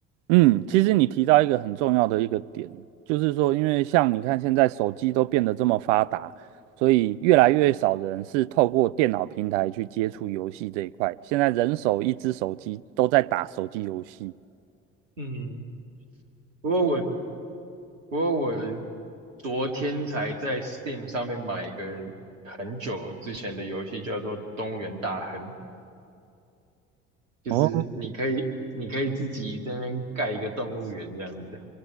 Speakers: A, on the right; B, on the right.
A: 嗯，其实你提到一个很重要的一个点，就是说，因为像你看现在手机都变得这么发达，所以越来越少人是透过电脑平台去接触游戏这一块。现在人手一只手机都在打手机游戏，
B: 嗯，不过我不过我昨天才在 Steam 上面买一个很久之前的游戏，叫做《动物园大亨》。就是你可以你可以自己在那边盖一个动物园这样子。
A: 哦，